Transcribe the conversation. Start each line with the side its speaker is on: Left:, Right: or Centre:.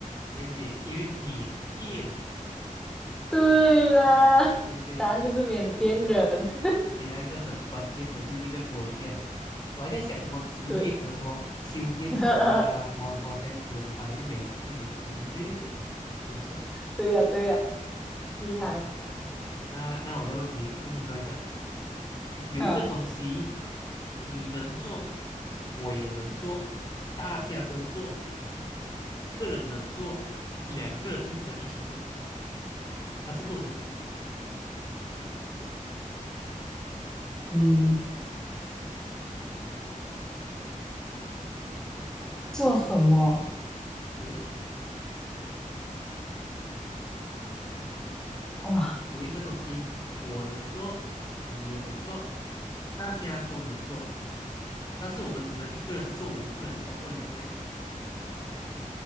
Left: 因为缅因为缅甸，
Centre: 对啦，
Left: 对对对，
Centre: 答案就是缅甸人，<laughs>
Left: 你你给他一个很关键的，就是一个国家。我还在想什么职业，
Centre: 对，
Left: 可能什么修电工啊，
Centre: <laughs>
Left: 什么什么这样子，我反正没有，是缅甸人，对对对，没有错。
Centre: 对呀，对呀，厉害，
Left: 那那我再问你，问你多一个，有有一个东西
Centre: 嗯
Left: 你能做，我也能做，大家都做，一个人能做，两个人就不能一起做，他是做什么？
Centre: 嗯，做什么？
Left: 可以
Centre: 哇，
Left: 有些有一个东西我能做，你也能做，大家都能做，但是我们只能一个人做，我们不能超过两个人一起做。